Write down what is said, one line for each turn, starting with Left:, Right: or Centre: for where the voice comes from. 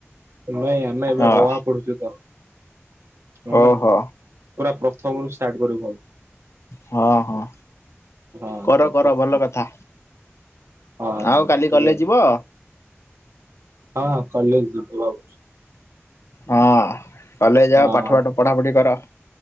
Right: ନାଇଁ ଆମେ ଏବେ
Left: ହଁ
Right: ଅ ଆ ପଡୁଛୁ ତ ଆ
Left: ଓହୋ।
Right: ପୁରା ପ୍ରଥମରୁୁ ଷ୍ଟାର୍ଟ କରିବୁ।
Left: ହଁ ହଁ।
Right: ହଁ
Left: କର
Right: ତ
Left: କର
Right: ପ୍ରଥମ
Left: ଭଲ କଥା
Right: ହଁ
Left: ଆଉ କାଲି
Right: ଟିକେ
Left: କଲେଜ ଯିବ।
Right: ହଁ କଲେଜ ଯିବୁ ଭାବୁଚୁ।
Left: ହଁ କଲେଜ ଯାଅ
Right: ହଁ
Left: ପାଠ ପାଠ ପଢାପଢି କର।